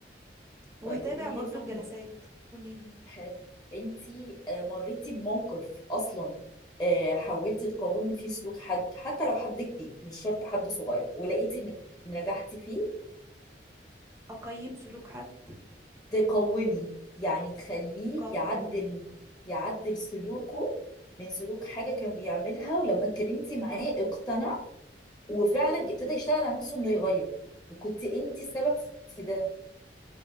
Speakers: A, on the right (about 15°); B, on the left (about 25°).
A: وهتابع
B: طيب قولي
A: برضو
B: لي يا فاطمة
A: الجلسات قوليلي
B: هل انتي آه، مريتي بموقف اصلا آه، حاولتي تقاومي فيه سلوك حد حتى لو حد كبير مش شرط حد صغير ولقيتي انك نجحتي فيه
A: اقيم سلوك حد
B: تقاومي يعني تخليه
A: اقوم
B: يعدل يعدل سلوكه من سلوك حاجة كان بيعملها ولما اتكلمتي معاه اقتنع وفعلا ابتدى يشتغل على نفسه انه يغير وكنت انتي السبب في ده